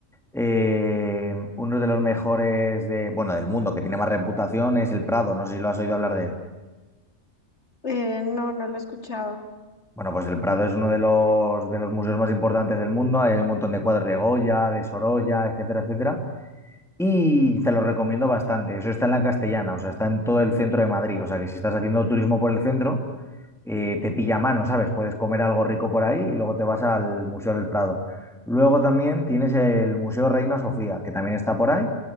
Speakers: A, in the centre; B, on the left (about 60°).
A: Eh, uno de los mejores de, bueno, del mundo que tiene más reputación es el Prado. No sé si lo has oído hablar de él.
B: eh, no, no lo he escuchado.
A: Bueno, pues el Prado es uno de los, de los museos más importantes del mundo. Ahí Hay un montón de cuadros de Goya, de Sorolla, etcétera, etcétera. Y te lo recomiendo bastante. Eso está en la Castellana, o sea, está en todo el centro de Madrid. O sea, que si estás haciendo turismo por el centro, eh, te pilla a mano, ¿sabes? Puedes comer algo rico por ahí y luego te vas al Museo del Prado. Luego también tienes el Museo Reina Sofía, que también está por ahí